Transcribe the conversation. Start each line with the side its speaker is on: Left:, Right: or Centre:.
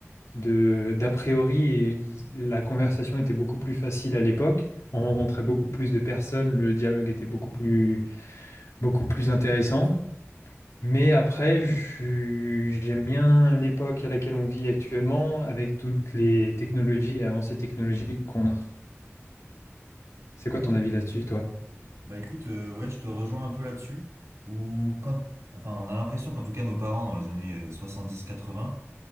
Left: de d'a priori et la conversation était beaucoup plus facile à l'époque. On rencontrait beaucoup plus de personnes, le dialogue était beaucoup plus beaucoup plus intéressant. Mais après, je- j'aime bien l'époque à laquelle on vit actuellement avec toutes les technologies et avancées technologiques qu'on a. C'est quoi ton avis là-dessus, toi?
Right: Bah écoute, euh, ouais, je te rejoins un peu là-dessus. Ou quand, enfin, on a l'impression qu'en tout cas nos parents dans les années euh, soixante-dix, quatre-vingts,